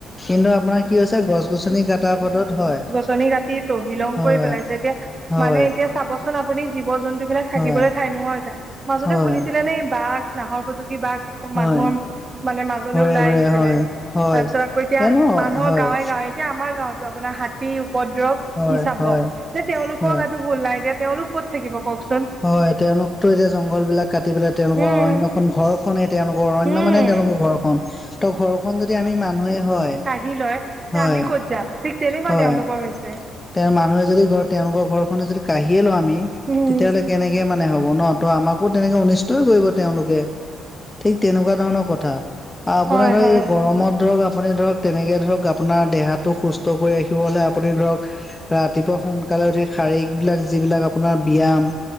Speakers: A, on the left (about 15°); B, on the right (about 35°).
A: কিন্তু আ পোনাৰ কি হৈছে গছ গছনি কাটা পদত হয়।
B: ছনি কাটি টহিলং
A: হয়
B: কৰি পেলাইছে, এতিয়া
A: হয়
B: মানে এতিয়া চাবচোন আপুনি জীৱ জন্তু বিলাক থাকিবলৈ
A: হয়
B: ঠাই নোহোৱা হৈছে। মাজতে
A: হয়
B: শুনিছিলে নে বাঘ নাহৰফুটুকি বাঘ
A: হয়
B: মানুহৰ মানে মাজলৈ
A: ঘৰে
B: ওলাই
A: ঘৰে
B: আহিছিলে।
A: হয় হয়
B: তাৰ পিছত আকৌ এতিয়া
A: জানো
B: মানুহৰ
A: হয়
B: গাঁৱে গাঁৱে এতিয়া আমাৰ গাঁওতো আপোনাৰ হাতী উপদ্ৰৱ
A: হয়
B: কি চাব,
A: হয়
B: এতিয়া তেওঁলোকৰ
A: হয়
B: গাতো ভুল নাই এতিয়া তেওঁলোক ক'ত থাকিব কওকচোন
A: হয়, তেওঁলোকতো এতিয়া জংঘল বিলাক কাটি পেলাই তেওঁলোকৰ
B: উম
A: অৰণ্য ঘৰ খনে তেওঁলোকৰ অৰণ্য
B: উম
A: মানে তেওঁলোকৰ ঘৰখন। ত ঘৰখন যদি আমি মানুহে হয়
B: আহি লয়, তে
A: হয়
B: আমি ক'ত যাম? ঠিক তেনেকুৱা
A: হয়
B: তেওঁলোকৰ হৈছে।
A: তেওঁৰ মানুহে যদি ঘৰ, তেওঁলোকৰ ঘৰখনে যদি কাঢ়িয়ে লওঁ, আমি
B: উম
A: তেতিয়াহ'লে কেনেকে মানে হব ন, ত আমাকো তেনেকে অনিষ্টই কৰিব তেওঁলোকে। ঠিক তেনেকুৱা ধৰণৰ কথা। আপোনাৰ
B: হয়
A: ধৰক,
B: হয়
A: এই গৰমত ধৰক, আপুনি ধৰক তেনেকে ধৰক আপোনাৰ দেহাটো সুস্থ কৰি ৰাখিবলৈ আপুনি ধৰক ৰাতিপুৱা সোনকালে উঠি শাৰীক বিলাক যিবিলাক আপোনাৰ ব্যায়াম